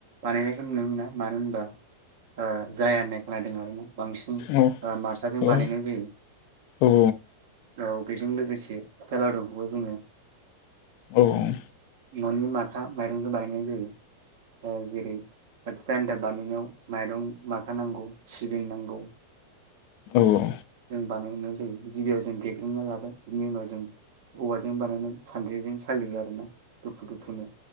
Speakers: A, on the right; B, on the left.
A: बानायनाया होननो मोना मानो होनबा ओ जाया होनाय खोनादो आरोना बांसिन
B: औ
A: ओ माथाजों
B: औ
A: बानायनाय जायो
B: औ
A: औ बैजों लोगोसे फुथा लावदुमखौबो जोङो
B: औ औ।
A: न नि माथा माइरंजों बानायनाय जायो ओ जेरै फिथा एन्था बानायनायाव माइरं माथा नांगौ सिबिं नांगौ
B: औ औ।
A: जों बानायांगौ जायो गिबियाव जों देग्रना लाबाय बिनि उनाव जों औवाजों बानायनानै सान्द्रिजों सालियो आरोना। दुखु दुथुनो